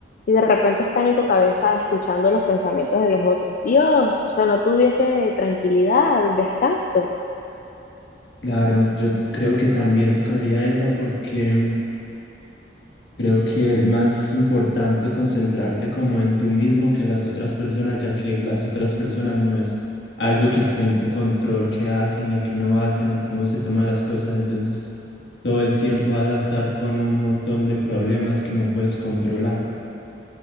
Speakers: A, on the left (about 50°); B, on the left (about 70°).
A: y de repente están en tu cabeza escuchando los pensamientos de los otros. Dios, o sea, no tuviese tranquilidad, descanso.
B: claro, yo creo que también escogería esa porque Creo que es más importante concentrarte como en tú mismo que en las otras personas, ya que las otras personas no es algo que esté en tu control, qué hacen y qué no hacen o cómo se toman las cosas. Entonces, todo el tiempo vas a estar con un montón de problemas que no puedes controlar.